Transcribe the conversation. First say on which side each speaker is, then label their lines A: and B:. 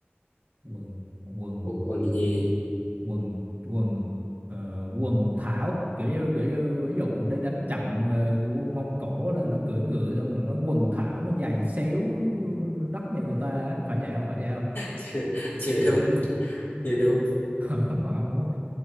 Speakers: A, on the right; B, on the left.
A: quần quần
B: quần quần gì
A: quần quần ờ, quần thảo kiểu như kiểu như ví dụ đây đánh trận ờ, quân Mông Cổ là nó cưỡi ngựa xong rồi nó quần thảo nó giày xéo đất nhà người ta á. phải vậy không phải vậy không
B: <laughs> chưa đúng chưa đúng
A: <laughs> phải không đúng không